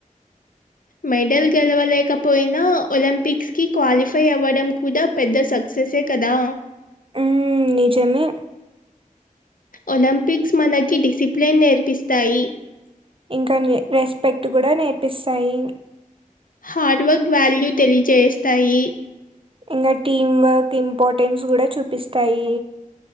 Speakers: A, on the right; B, on the left.
A: <inaudible>
B: మెడల్ గెలవలేకపోయినా ఒలింపిక్స్కి క్వాలిఫై అవ్వడం కూడా పెద్ద సక్సెసె. కదా
A: ఉ నిజమే
B: ఒలింపిక్స్ మనకి డిసిప్లిన్ నేర్పిస్తాయి
A: ఇంకా రెస్పెక్ట్ కూడా నేర్పిస్తాయి
B: హార్డ్ వర్క్ వాల్యూ తెలియజేస్తాయి
A: ఇంకా టీం వర్క్ ఇంపార్టెన్స్ కూడా చూపిస్తాయి